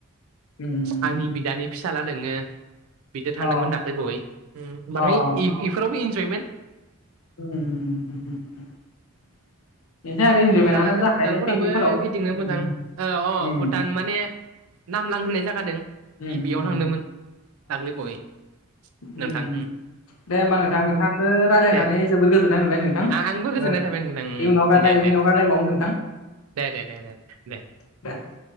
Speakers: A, on the left; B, on the right.
A: उम
B: आंनि बिदानि फिसाला दोङो बिदो थांदोंमोन
A: अ
B: दाख्लै बावै। ओम
A: अ
B: बाङाय बेफोरावबो इन्जयमेन्ट
A: उम। बेनो आरो इन्जयमेन्टआनो
B: मोजां आरो
A: जाखायो
B: भुटानफोराबो
A: पिकनिकफोराव उम
B: गिदिंनो मोजां ओ
A: उम
B: अ भुटान माने। नामलां होननाय जागा दों
A: उम
B: गिबियाव
A: उम
B: थांदोंमोन दाख्लै बावै।
A: ओम।
B: नोंथां उम
A: दे होमबा नोंथां नोंथांनो रायज्लायनानै
B: दे
A: जोबोद गोजोननाय मोनबाय नोंथ नोंथां।
B: आंबो गोजोननाय थाबाय नोंथां
A: इउनाव
B: उम
A: रायलाय
B: दे
A: उनाव
B: दे
A: रायलायबावनो नोंथां।
B: दे दे दे दे।
A: <unintelligible>